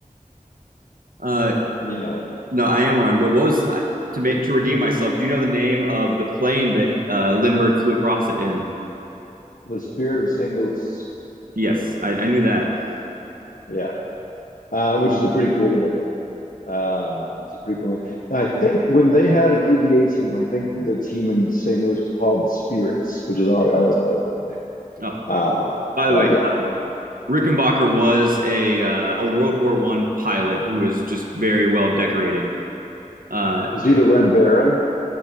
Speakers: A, on the right; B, on the left.
A: Uh,
B: Yeah.
A: No, I am wrong. But what was uh, to make to redeem myself? Do you know the name of the plane that uh, Lindbergh flew across it in?
B: The Spirit of St. Louis.
A: Yes, I, I knew that.
B: Yes. Yeah. Um, which is a pretty cool name. Um, it's a pretty cool name. And I think when they had an ABA team, I think the team in St. Louis was called the Spirits, which is our, I always thought that was a cool name.
A: Oh,
B: Um,
A: by the
B: but
A: way,
B: yeah,
A: Rickenbacker was a uh, a World War One pilot who was just very well decorated. Uh,
B: is he the Red Baron?